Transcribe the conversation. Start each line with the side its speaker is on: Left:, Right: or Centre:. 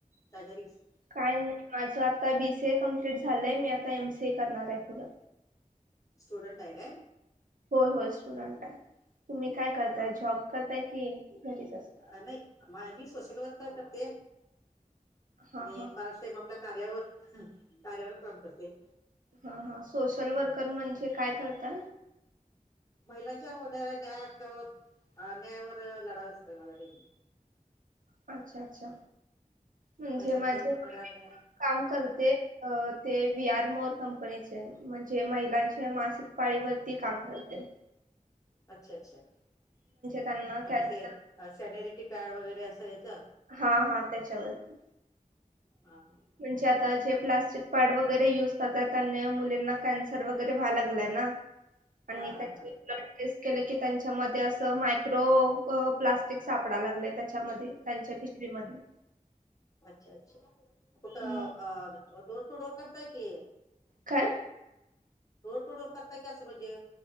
Left: काय घरीच.
Right: काय नाही माझं आता बीसीए कमप्लीट झालंय मी आता एम सीए करणार आहे पुढं
Left: स्टूडेंट आहे काय
Right: होय होय स्टुडंट आहे. तुम्ही काय करताय
Left: हा
Right: जॉब करताय की घरीच असताय.
Left: हा मी सोशल वर्क करते
Right: हा
Left: आणि
Right: हा
Left: पार्ट टाइम आपल कार्यावर हम कार्यावर काम करते.
Right: हा हा सोशल वर्कर म्हणजे काय करता
Left: महिलांच्या होणाऱ्या न्याय हक्कावर, अन्यायावर लढा असतोय माझा डेली.
Right: अच्छा अच्छा म्हणजे
Left: महिलांच्या
Right: माझे
Left: होणारा
Right: <inaudible>
Left: अन्याय
Right: काम करते. <unintelligible> अ ते विआर मोर कंपनीचे म्हणजे महिलांचे मासिक पाळीवरती काम करते.
Left: अच्छा अच्छा म्हणजे
Right: त्यांना कॅन्सर
Left: ते सेन्यरिटी पॅड वगैरे असं हेच.
Right: हा हा त्याच्यावरती.
Left: ह हा!
Right: म्हणजे आता जे प्लास्टिक पॅड वगैरे युज करता त्यांना मुलींना कॅन्सर वगैरे व्हा लागलाय ना आणि
Left: हा हा
Right: त्याचे
Left: हा
Right: टेस्ट केलं की त्यांच्यामध्ये असं मायक्रो प्लास्टिक सापडा लागलंय त्याच्यामध्ये. त्यांच्या पिशवीमध्ये.
Left: अच्छा अच्छा कुठ अ
Right: हम्म.
Left: डोअर टू डोअर करताय कि
Right: काय
Left: डोर टू डोअर करता की असं म्हणजे